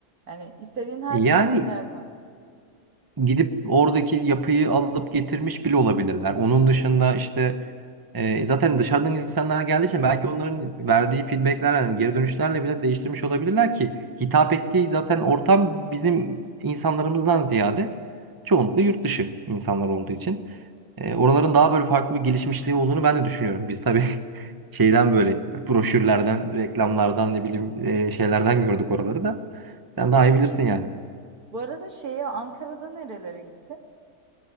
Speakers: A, on the right; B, on the right.
A: Yani istediğin her
B: Yani
A: tarz yer var.
B: gidip oradaki yapıyı alıp getirmiş bile olabilirler. Onun dışında işte e, zaten dışarıdan insanlar geldiği için belki onların verdiği feedbackler yani geri dönüşlerle bile değiştirmiş olabilirler ki hitap ettiği zaten ortam bizim insanlarımızdan ziyade çoğunlukla yurt dışı insanlar olduğu için e, oraların daha böyle farklı bir gelişmişliği olduğunu ben de düşünüyorum. Biz tabii <laughs> şeyden böyle broşürlerden, reklamlardan ne bileyim e, şeylerden gördük oraları da. Sen daha iyi bilirsin yani.
A: Bu arada şeye Ankara'da nerelere gittin?